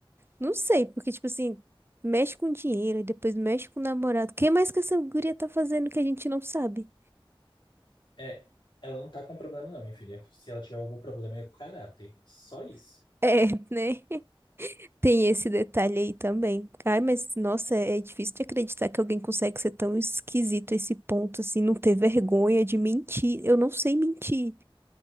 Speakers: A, on the right; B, on the left.
A: Não sei, porque, tipo assim, mexe com dinheiro e depois mexe com o namorado. Quem mais que essa guria tá fazendo que a gente não sabe?
B: É, ela não tá com problema não, minha filha. Se ela tiver algum problema é com o caráter. Só isso.
A: É, né? <laughs> Tem esse detalhe aí também. Ai, mas nossa, é é difícil de acreditar que alguém consegue ser tão esquisito a esse ponto, assim, não ter vergonha de mentir. Eu não sei mentir.